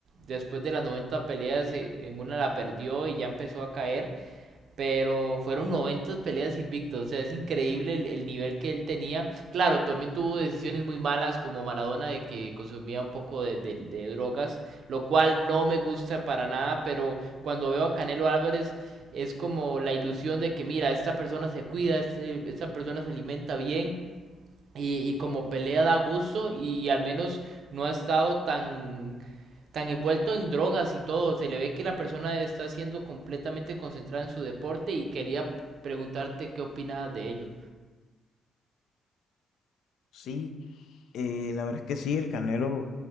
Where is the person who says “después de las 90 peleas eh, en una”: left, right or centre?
Right